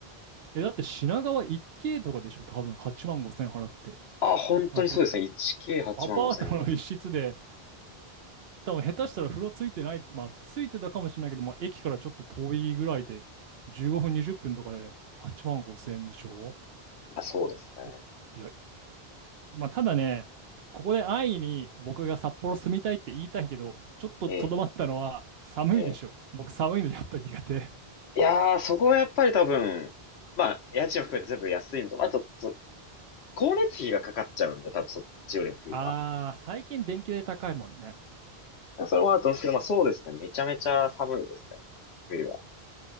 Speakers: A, on the right (about 70°); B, on the left (about 80°).
A: え、だって品川一 k とかでしょ、多分8万5千払って。
B: あ、本当にそうですね。
A: あ、こ、
B: 1K8
A: アパートの一室で
B: 万5 0円ぐらいですね。
A: 多分下手したら風呂ついてない、まあついてたかもしれないけど、まあ駅からちょっと遠いぐらいで、15分、20分とかで8万5千円でしょ
B: あ、そうですね。
A: えいや、まあただね、ここで安易に僕が札幌住みたいって言いたいけど、ちょっととどまったのは寒いでしょ。
B: ええ、ええ。
A: 僕寒いのやっぱ苦手。
B: いやー、そこはやっぱり多分、まあ、家賃を含めて全部安いのと、あと、そ光熱費がかかっちゃうんで、多分そっちよりも冬は。
A: <laughs> あー、最近電気代高いもんね。
B: それもあると思うんですけど、まあそうですね。めちゃめちゃ寒いですね。冬は。